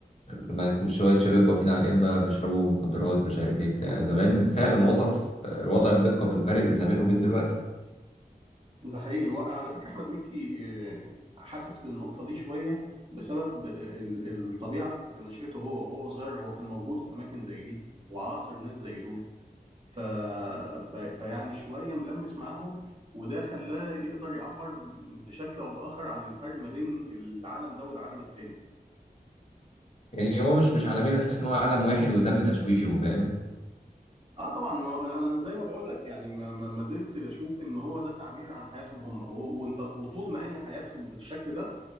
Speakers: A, on the left; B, on the right.
A: لما يكون شويه شباب واقفين على القمه بيشربوا مخدرات مش عارف ايه بتاع زمان فعلا وصف آه، الوضع بدقه بالفرق بين زمان وبين دلوقتي
B: ده حقيقي هو على فكرة أحمد مكي آه، حاسس بالنقطة دي شوية بسبب آه، ال- الطبيعة نشأته هو وهو صغير هو كان موجود في أماكن زي دي وعاصر ناس زي دول ف... ف... فيعني شوية ملمس معاهم وده خلاه يقدر يعبر بشكل أو بآخر عن الفرق ما بين العالم ده والعالم التاني
A: يعني هو مش مش عالمين انا حاسس ان هو عالم واحد وتم تشويهه فاهم
B: اه طبعا ما انا زي ما بقول لك يعني ما ما ما زلت بشوف ان هو ده تعبير عن حياتهم هم و- وانت وطول ما هي حياتهم بالشكل ده